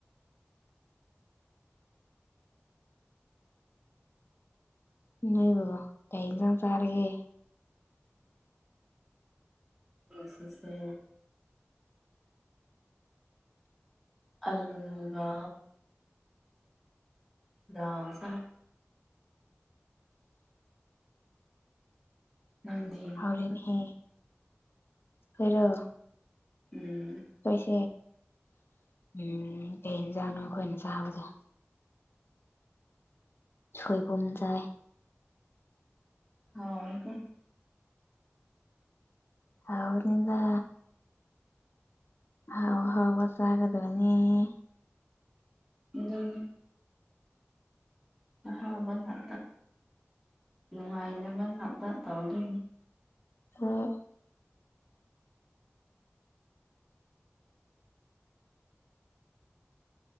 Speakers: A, on the left; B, in the centre.
A: ꯅ ꯒꯣ ꯀꯩꯖꯅ ꯁꯔꯒꯦ
B: ꯑꯁꯦꯁꯦ ꯑꯂꯒ ꯗꯁ ꯅꯪꯗꯤ
A: ꯑꯔꯤꯅ ꯍ ꯈꯔꯣ
B: ꯎꯝ
A: ꯁꯣꯏꯁꯦ ꯎꯝ ꯀꯩ ꯌꯦꯟꯖꯥꯡꯅꯣ ꯑꯩꯈꯣꯏꯅ ꯆꯥꯕꯗ ꯁꯣꯏꯕꯨꯝ ꯆꯥꯏ
B: ꯍꯥꯎ ꯏꯀꯣ
A: ꯍꯧꯥꯎꯗ ꯑ ꯍꯥꯎꯕ ꯆꯥꯒꯗꯣꯏꯅꯤ
B: ꯑꯗꯨꯣꯟ ꯑꯥꯕ ꯇꯥꯛ ꯅꯅꯨꯡꯉꯥꯏꯕ ꯇꯥꯛ ꯇꯧꯗ
A: ꯑꯣ